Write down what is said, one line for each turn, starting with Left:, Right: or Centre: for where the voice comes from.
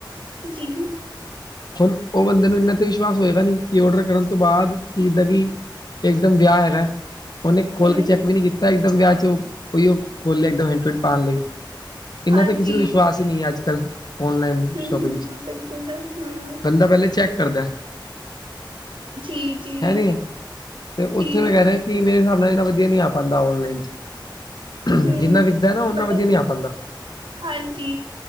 Right: ਜੀ।
Left: ਹੁਣ ਉਹ ਬੰਦੇ ਨੂੰ ਇੰਨਾ ਤੇ ਵਿਸ਼ਵਾਸ ਹੋਏਗਾ ਨਹੀਂ, ਕਿ ਆਰਡਰ ਕਰਨ ਤੋਂ ਬਾਅਦ ਕਿ ਦਾਂ ਕਿ। ਇੱਕਦਮ ਵਿਆਹ ਹੈਗਾ ਐ ਉਹਨੇ ਖੋਲ
Right: ਹੂੰ,
Left: ਕੇ ਚੈਕ ਵੀ ਨਹੀਂ ਕੀਤਾ ਇੱਕਦਮ ਵਿਆਹ ਚ, ਔਹੀ ਖੋਲਿ ਲੇਯਾ ਇੱਕਦਮ ਪਾਉਣ ਲਈ। ਇਹਨਾਂ
Right: ਹਾਂਜੀ,
Left: ਤੇ ਕਿਸੇ ਨੂੰ ਵਿਸ਼ਵਾਸ ਹੀ ਨਹੀਂ ਹੈ ਅੱਜ ਕੱਲ੍ਹ ਔਨਲਾਈਨ।
Right: ਹੂੰ,
Left: ਸ਼ੋਪਿੰਗ
Right: ਹੂੰ,
Left: ਚ
Right: ਬਿਲਕੁਲ, ਹੂੰ,
Left: ਬੰਦਾ ਪਹਿਲੇ ਚੈਕ ਕਰਦਾ।
Right: ਜੀ, ਜੀ,
Left: ਹੈ ਨੀ ਹੈ ਤੇ ਓਥੇ
Right: ਜੀ,
Left: ਮੈਂ ਕੈ ਰਯਾ ਕਿ ਮੇਰੇ ਹਿਸਾਬ ਨਾਲ ਇੰਨਾ ਵਧੀਆ ਨੀ ਆ ਪਾਂਦਾ ਔਨਲਾਈਨ 'ਚ
Right: ਹੂੰ,
Left: ਜਿੰਨਾ ਵਿਕਦਾ ਨਾ ਓਨਾ
Right: ਬਟ
Left: ਵਦੀਆ ਨੀ ਆ ਪਾਂਦਾ।
Right: ਹਾਂਜੀ।